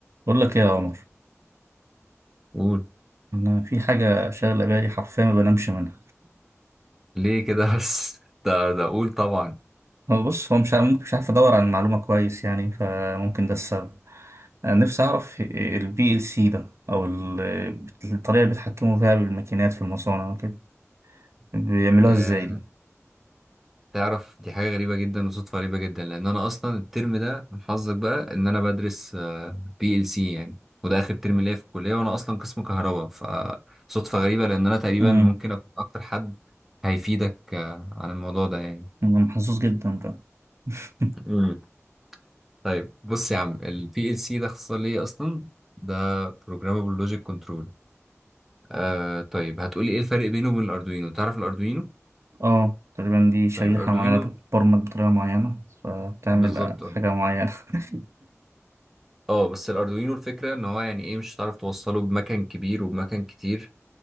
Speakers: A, on the right (about 60°); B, in the centre.
A: بقول لك ايه يا عمر
B: قول
A: انا في حاجه شاغله بالي حرفيا ما بنامش منها
B: ليه كده بس <laughs> ده ده اقول طبعا
A: <laughs> هو بص هو مش عارف- ممكن مش عارف ادور عن معلومه كويس يعني فممكن ده السبب انا نفسي اعرف البي ال سي ده او ال- الطريقه اللي بيتحكموا فيها بالماكينات في المصانع وكده بيعملوها
B: يا
A: ازاي دي
B: تعرف دي حاجه غريبه جدا وصدفه غريبه جدا لان انا اصلا الترم ده من حظك بقى ان انا بدرس بي ال سي يعني وده اخر ترم ليا في الكليه وانا اصلا قسم كهرباء فصدفه غريبه لان انا تقريبا
A: امم
B: ممكن اكون اكتر حد هيفيدك آه، عن الموضوع ده يعني
A: أنا محظوظ جدا ده <laughs>
B: مم. طيب بص يا عم البي ال سي ده اختصار ليه اصلا ده Programmable Logic Control آه طيب هتقولي ايه الفرق بينه وبين الاردوينو تعرف الاردوينو
A: اه تقريبا دي شريحه
B: طيب الاردوينو
A: معينه بتبرمج بطريقه معينه فبتعمل
B: بالظبط
A: حاجه
B: اه
A: معينه <laughs>
B: آه، بس الاردوينو الفكره ان هو يعني ايه مش هتعرف توصله بمكان كبير وبمكان كتير